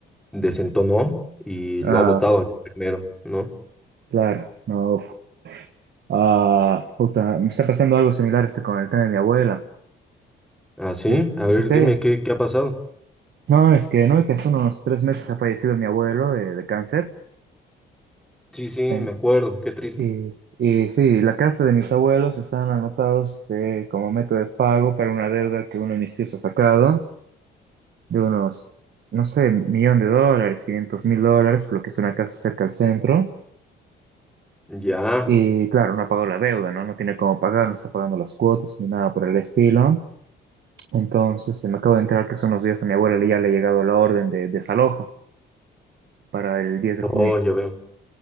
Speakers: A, in the centre; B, on the right.
A: desentonó y
B: ah,
A: lo ha botado al enfermero, ¿no?
B: claro, no, uf. Ah, puta, me está pasando algo similar este con el tema de mi abuela.
A: Ah, sí,
B: Es,
A: a ver,
B: sí,
A: dime, ¿qué, qué ha pasado?
B: no, es que no, es que hace unos tres meses ha fallecido mi abuelo eh, de cáncer.
A: Sí, sí,
B: En-
A: me acuerdo, qué triste.
B: y, y sí, la casa de mis abuelos están anotados eh, como método de pago para una deuda que uno de mis tíos ha sacado de unos, no sé, millón de dólares, quinientos mil dólares, por lo que es una casa cerca al centro.
A: Ya,
B: Y claro, no ha pagado la deuda, ¿no? No tiene cómo pagar, no está pagando las cuotas ni nada por el estilo. Entonces, eh, me acabo de enterar que hace unos días a mi abuela le- ya le ha llegado la orden de desalojo para el diez de
A: oh,
B: junio.
A: ya veo.